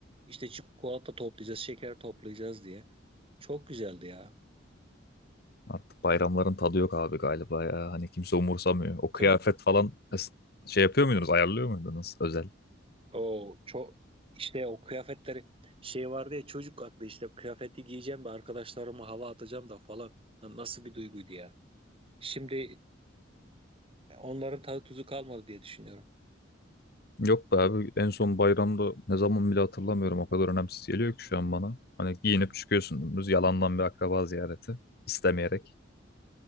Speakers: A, on the right (about 30°); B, on the left (about 50°).
A: İşte çikolata toplayacağız, şeker toplayacağız diye. Çok güzeldi ya.
B: Artık bayramların tadı yok abi galiba ya. Hani kimse umursamıyor. O kıyafet
A: Değil mi?
B: falan es- şey yapıyor muydunuz? Ayarlıyor muydunuz özel?
A: O çok işte o kıyafetleri şey vardı ya çocuk aklı işte kıyafeti giyeceğim de arkadaşlarıma hava atacağım da falan. Lan Nasıl bir duyguydu ya. Şimdi e, onların tadı tuzu kalmadı diye düşünüyorum.
B: Yok be abi en son bayramda ne zaman bile hatırlamıyorum. O kadar önemsiz geliyor ki şu an bana. Hani giyinip çıkıyorsun dümdüz yalandan bir akraba ziyareti istemeyerek.